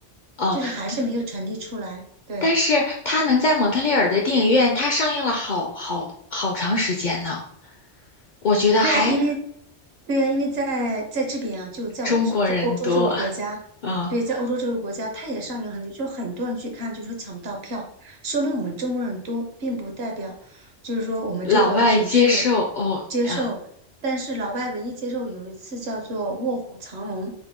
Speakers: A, on the left (about 55°); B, on the right (about 65°).
A: 哦，
B: 就是还是没有传递出来。
A: 对，
B: 对。
A: 但是他能在蒙特利尔的电影院，他上映了好好好长时间呢。我觉得还
B: 对啊，因为对啊，因为在在这边啊，就在我这就欧洲这个国家，
A: 中国人多啊，
B: 对，在欧洲这个国家，它也上映很久，就很多人去看，就说抢不到票，说明我们中国人多，并不代表就是说我们这个品质
A: 老外接受哦啊
B: 接受。但是老外唯一接受有一次叫做《卧虎藏龙》，